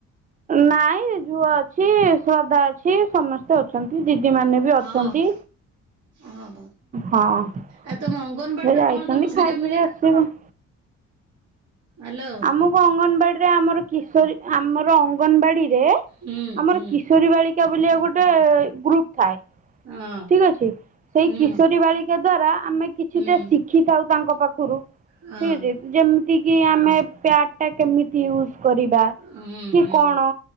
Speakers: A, on the right; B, on the right.
A: ନାଇଁ ଝୁଅ ଅଛି ଶ୍ରଦ୍ଧା ଅଛି ସମସ୍ତେ ଅଛନ୍ତି ଦିଦି ଦିଦି ମାନେ ବି
B: ହଉ
A: ଅଛନ୍ତି।
B: ଓହୋ
A: ହଁ ସେ
B: ଆଉ ତମ ଅଙ୍ଗନବାଡିରେ
A: ଯାଇଛନ୍ତି
B: କଣ ତମକୁ ସୁବିଧା
A: ଖାଇ ପିଇିକି
B: ମିଳେ?
A: ଆସିବେ। <inaudible>
B: ହ୍ୟାଲୋ
A: ଆମକୁ ଅଙ୍ଗନବାଡି ରେ ଆମର କିଶୋରୀ ଆମର ଅଙ୍ଗନବାଡି। ଯେ
B: ହୁଁ
A: ଆମର
B: ହୁଁ
A: କିଶୋରୀ ବାଳିକା ବୋଲିକା ଗୋଟେ ଗ୍ରୁପ ଥାଏ।
B: ହଁ
A: ଠିକ୍ ଅଛି ସେଇ
B: ହୁଁ
A: କିଶୋରୀ ବାଳିକା ଦ୍ଵାରା ଆମେ କିଛିଟା
B: ହୁଁ
A: ଶିଖିଥାଉ ତାଙ୍କ ପା ଖୁରୁ
B: ହଁ
A: ଠିକ୍ ଅଛି ଯେମିତି କି ଆମେ ପ୍ୟାଡ଼ ଟା କେମିତି ୟୁଜ୍। କରିବା
B: ହୁଁ
A: କି
B: ହୁଁ।
A: କଣ